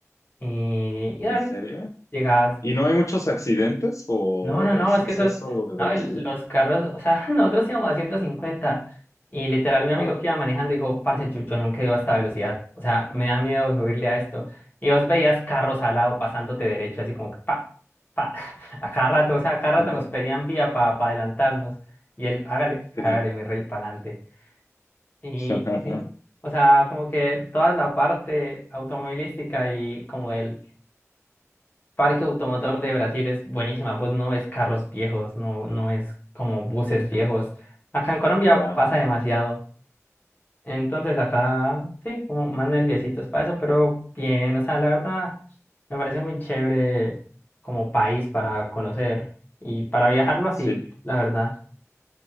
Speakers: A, on the left; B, on the left.
A: Y, y dale,
B: ¿en serio?
A: llegas
B: ¿Y no hay muchos accidentes por
A: no, no, no,
B: ese
A: es
B: exceso
A: que esos,
B: de
A: no,
B: velocidad?
A: el- los carros, o sea, <laughs> nosotros íbamos a 150 y literal mi
B: Ajá.
A: amigo que iba manejando dijo, parce, yo, yo nunca iba a esta velocidad, o sea, me da miedo subirle a esto. Y vos veías carros al lado pasándote derecho, así como que pa, pa, <laughs> a cada rato, o sea, a cada rato
B: Ajá.
A: nos pedían vía para adelantarnos y él, hágale, hágale
B: Sí.
A: mi rey, para adelante. Y,
B: <laughs>
A: y sí, o sea, como que toda la parte automovilística y como el Parque Automotor de Brasil es buenísima, pues no es carros viejos, no, no es como buses viejos. Acá en Colombia
B: Ya,
A: pasa demasiado. Entonces acá sí, como más nerviositos para eso, pero bien, o sea, la verdad me parece muy chévere como país para conocer y para viajarlo así,
B: sí.
A: Sí. la verdad.